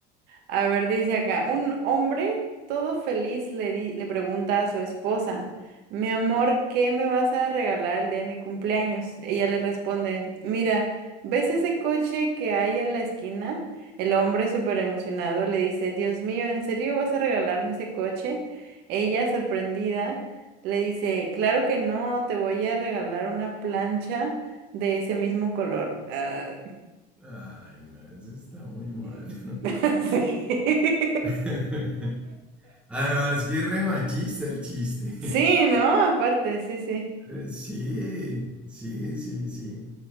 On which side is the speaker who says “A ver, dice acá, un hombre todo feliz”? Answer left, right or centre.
Right